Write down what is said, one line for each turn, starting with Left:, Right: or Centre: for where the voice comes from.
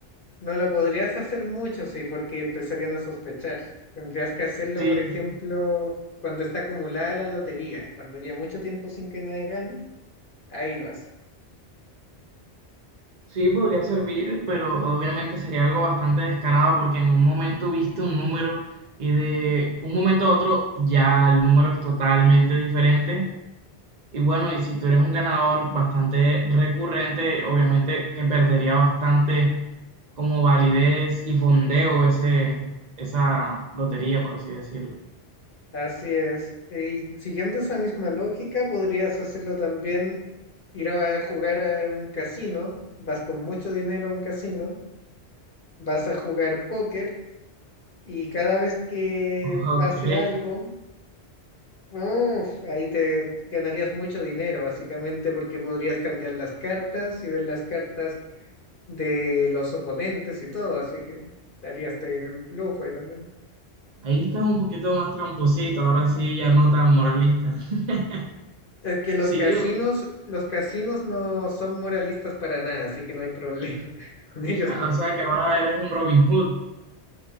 Left: No lo podrías hacer mucho, sí, porque empezarían a sospechar. Tendrías que hacerlo,
Right: Sí,
Left: por ejemplo, cuando está acumulada la lotería, cuando ya mucho tiempo sin que nadie gane, ahí lo haces.
Right: sí podría servir, pero obviamente sería algo bastante descarado porque en un momento viste un número y de un momento a otro ya el número es totalmente diferente Y bueno, y si tú eres un ganador bastante recurrente, obviamente que perdería bastante como validez y fondeo ese, esa lotería, por así decirlo.
Left: Así es. Y siguiendo esa misma lógica, podrías hacerlo también, ir a jugar a un casino, vas con mucho dinero a un casino, vas a jugar póker y cada vez que
Right: Ok,
Left: pase algo, Uf, ahí te ganarías mucho dinero, básicamente, porque podrías cambiar las cartas y ver las cartas de los oponentes y todo, así que le harías de lujo ahí también.
Right: ahí estás un poquito más tramposito, ahora sí ya no tan moralista. <laughs>
Left: Es que los
Right: Sí,
Left: casinos,
Right: o
Left: los casinos no son moralistas para nada, así que no hay problema. <laughs> Con ellos
Right: sea,
Left: no.
Right: o sea que ahora eres un Robin Hood,